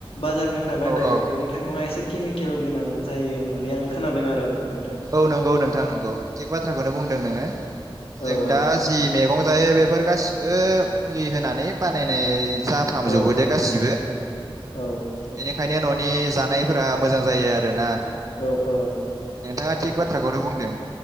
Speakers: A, on the left; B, on the right.
A: बाजारनिफ्राय बायनाय
B: औ औ
A: मैगं थाइगङा एसे केमिकेल गोनां जायो होननानै आं खोनादों आरो नोंथां
B: औ नंगौ नोंथां नंगौ थिग बाथ्राखौनो बुंदों नोङो। जों
A: ओ औ
B: दा जि मैगं जायो बेफोर गासिबो मुलि होनानै बानायनाय जाफ्राम
A: औ
B: जोबबोदो
A: औ
B: गासिबो
A: औ औ
B: बेनिखायनो न'नि जानायफोरा मोजां जायो आरो ना
A: औ औ
B: नोंथाङा थिग बाथ्राखौनो बुंदों।